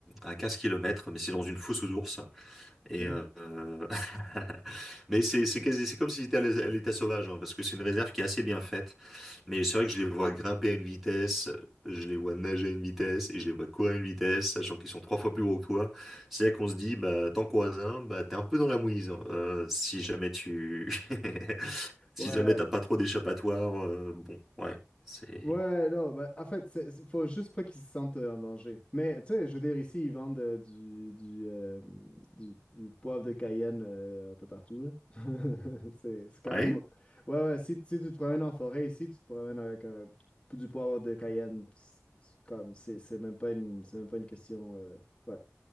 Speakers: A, in the centre; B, on the left (about 20°).
A: à 15 km, mais c'est dans une fosse aux ours. Et
B: <laughs>
A: euh, <laughs> mais c'est c'est quasi- c'est comme si c'était à l'é- à l'état sauvage hein, parce que c'est une réserve qui est assez bien faite. Mais c'est vrai que je les vois grimper à une vitesse, je les vois nager à une vitesse et je les vois courir à une vitesse, sachant qu'ils sont trois fois plus gros que toi. C'est là qu'on se dit bah t'en croises un, bah t'es un peu dans la mouise hein, euh, si jamais tu <laughs> si
B: Ouais,
A: jamais t'as pas trop d'échappatoire. euh, bon ouais c'est
B: Ouais, non, bah, en fait, c'est- c'est- faut juste pas qu'ils se sentent euh, en danger. Mais, tu sais, je veux dire, ici, ils vendent euh, du, du, euh, du, du poivre de Cayenne euh, un peu partout, là. <laughs> C'est, c'est quand
A: ouais
B: même... Ouais, ouais, si, si tu te promènes en forêt ici, tu te promènes avec un- du poivre de Cayenne, c'est c'est comme, c'est c'est même pas une, c'est même pas une question... euh, ouais.